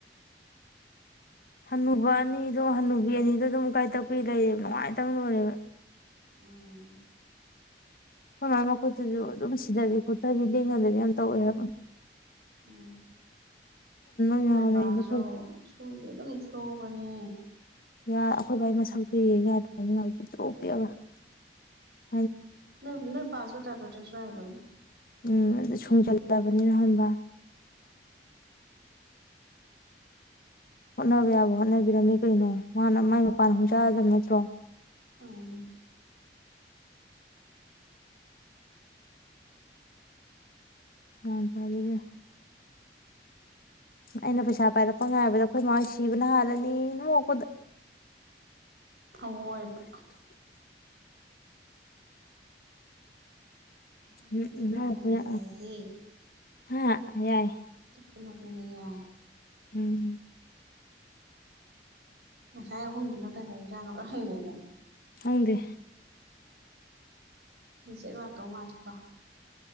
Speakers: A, on the left (about 55°); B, on the right (about 70°).
A: ꯍꯅꯨꯕ ꯑꯅꯤꯗꯣ ꯍꯅꯨꯕꯤ ꯑꯅꯤꯗ ꯑꯗꯨꯝ ꯎꯀꯥꯏ ꯇꯛꯄꯤ ꯂꯩꯔꯦꯕ ꯅꯨꯡꯉꯥꯏꯇꯕꯅ ꯂꯣꯏꯔꯦꯕ
B: ꯎꯝ
A: ꯍꯣꯏ ꯃꯈꯨꯠꯇꯁꯨ ꯑꯗꯨꯝ ꯁꯤꯊꯕꯤ ꯈꯣꯠꯊꯕꯤ ꯂꯦꯡꯅꯗꯕꯤ ꯌꯥꯝ ꯇꯧꯋꯦ ꯍꯥꯏ
B: ꯎꯝ
A: ꯑꯃ
B: ꯅꯣꯏꯕꯥꯁꯨ
A: ꯌꯥꯎꯔꯦ ꯑꯩꯗꯣ ꯑꯩꯈꯣꯏ
B: ꯁꯨꯗꯤ ꯑꯗꯨꯝ ꯁꯨ ꯇꯣꯡꯕꯅꯤ
A: ꯌꯥ ꯑꯩꯈꯣꯏ ꯕꯥꯏ ꯃꯁꯛ ꯊꯣꯛꯨꯏ ꯉꯥꯏꯗꯅꯤ ꯉꯥꯏ ꯄꯤꯛꯇꯣꯛꯄꯤꯤꯑꯒ <unintelligible>
B: ꯅ ꯅꯣꯏ ꯄꯁꯣ ꯇ ꯄꯦꯇꯦ ꯁꯋꯥꯥꯏꯕ
A: ꯎꯝ ꯑꯗꯨ ꯁꯨꯡꯖꯜꯂꯕꯅꯤꯅ ꯍꯝꯕ ꯍꯣꯠꯅꯕ ꯌꯥꯕ ꯍꯣꯠꯅꯕꯤꯔꯝꯃꯤ ꯀꯩꯅꯣ ꯃꯥꯅ ꯃꯥꯏ ꯃꯄꯥꯟꯅꯨꯛ ꯆꯥꯒꯗꯕ ꯅꯠꯇ꯭ꯔꯣ
B: ꯎꯝ
A: ꯑ ꯐꯖꯒꯦ ꯑꯩꯅ ꯄꯩꯁꯥ ꯄꯥꯏꯔꯛꯄ ꯉꯥꯏꯕꯗ ꯑꯩꯈꯣꯏ ꯃꯥꯣꯏ ꯁꯤꯕꯅ ꯍꯥꯜꯂꯅꯤ ꯅꯣꯛꯄꯗ
B: ꯊꯃꯣꯏꯕ ꯍꯟꯗꯛꯇꯤ
A: ꯎꯝ
B: ꯐꯅ
A: ꯎꯝ ꯑꯣ
B: ꯀꯨꯏꯅ ꯌꯥꯏꯍꯦ
A: ꯍꯥ ꯌꯥꯏ
B: ꯀꯅ ꯄꯅꯦ ꯌꯥꯏ
A: ꯎꯝꯝ
B: ꯉꯁꯥꯏ ꯑꯍꯨꯝꯗꯨꯅ ꯀꯩꯗꯧꯖꯥꯠꯅꯣ ꯈꯪꯗꯦꯅꯦ
A: ꯍꯪꯗꯦ
B: ꯃꯤꯆꯦꯠ ꯂꯥꯛꯇꯧ ꯃꯥꯂꯦꯀꯣ